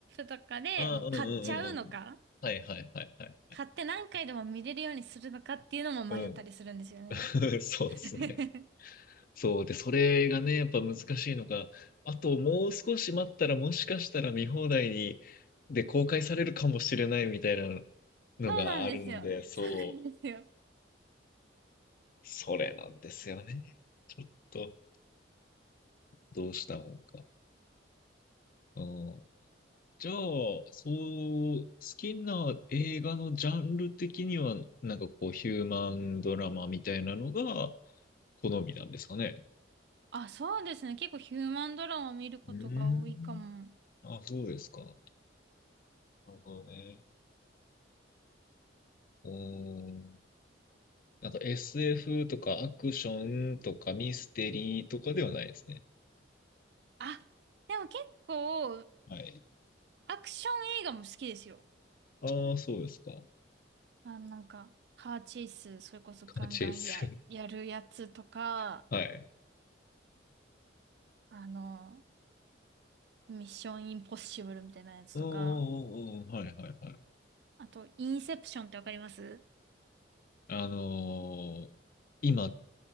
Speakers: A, on the right; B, on the left.
A: とかでもう買っちゃうのか、
B: ああ、うんうんうんうん。はいはいはいはい。
A: 買って何回でも見れるようにするのかっていうのも迷ったりするんですよね。
B: うん。<laughs> そうですね。
A: <laughs>
B: そう。で、それがね、やっぱ難しいのが、あともう少し待ったら、もしかしたら見放題に、で、公開されるかもしれないみたいなのがあるので、
A: そうなんですよ。
B: そう。
A: そうなんですよ。
B: それなんですよね。ちょっと、どうしたもんか。うん。じゃあ、そう、好きな映画のジャンル的には、なんかこう、ヒューマンドラマみたいなのが好みなんですかね。
A: あ、そうですね。結構ヒューマンドラマ見ることが多いかも。
B: うーん。あ、そうですか。なるほどね。うーん。なんか SF とかアクションとかミステリーとかではないですね。
A: あ、でも結構、
B: はい。
A: アクション映画も好きですよ。
B: ああ、そうですか。
A: あ、なんか、カーチェイス、それこそガンガンや、
B: ガチェイス。
A: やるやつとか、
B: <laughs> はい。
A: あの、ミッションインポッシブルみたいなやつとか、
B: うんうんうんうん。はいはいはい。
A: あと、インセプションってわかります
B: あのー今、